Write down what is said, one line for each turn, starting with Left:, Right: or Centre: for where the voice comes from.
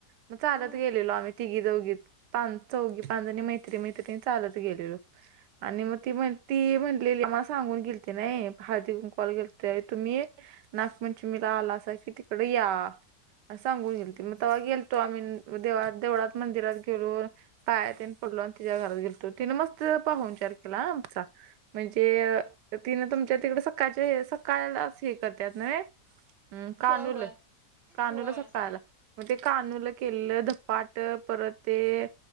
Right: मग चालत
Centre: हम्म
Right: गेलेलो आम्ही तिघी चौघी चौघी पाणी मैत्री मैत्रीणी चालत गेलेलो. आणि मग ती म्हण ती म्हणलेली मला सांगून गेलते नाही हळदी कुंकवाला गेलतो त्या वेळी तुम्ही? नागपंचमीला आलासा की तिकड या सांगून गेल ते मग तेव्हा गेल तो आम्ही देवळात मंदिरात गेलो. पाया तेन पडलो आणि तिच्या घरात गेलतो तिने मस्त पाहून विचार केला आमचा. म्हणजे ति ना तुमच्या तिकडे सकाळच्या सकाळ हे करतात न्हवे? हम्म कानूल
Centre: होय होय
Right: कानूला
Centre: होय
Right: सकाळला मग ते कानूला केलं धपाट परत ते.